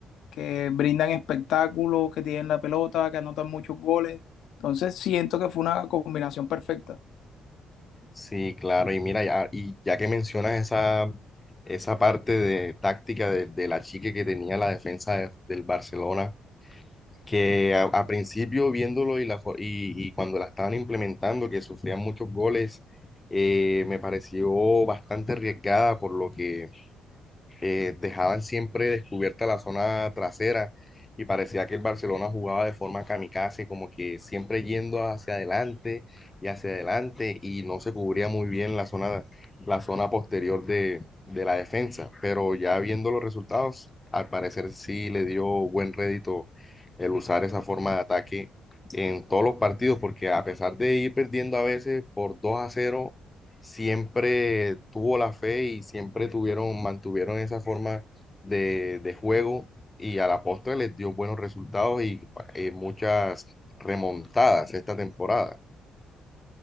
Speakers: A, on the left; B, on the left.
A: que brindan espectáculo, que tienen la pelota, que anotan muchos goles. Entonces siento que fue una combinación perfecta.
B: Sí, claro, y mira, ya, y ya que mencionas esa, esa parte de táctica de, de la chica que tenía la defensa de- del Barcelona, que a, a principio viéndolo y, la, fo- y, y cuando la estaban implementando, que sufrían muchos goles, eh, me pareció bastante arriesgada por lo que eh, dejaban siempre descubierta la zona trasera y parecía que el Barcelona jugaba de forma kamikaze, como que siempre yendo hacia adelante y hacia adelante y no se cubría muy bien la zona, la zona posterior de, de la defensa, pero ya viendo los resultados, al parecer sí le dio buen rédito el usar esa forma de ataque en todos los partidos, porque a pesar de ir perdiendo a veces por 2 a cero siempre tuvo la fe y siempre tuvieron, mantuvieron esa forma de, de juego y a la postre les dio buenos resultados y eh, muchas remontadas esta temporada.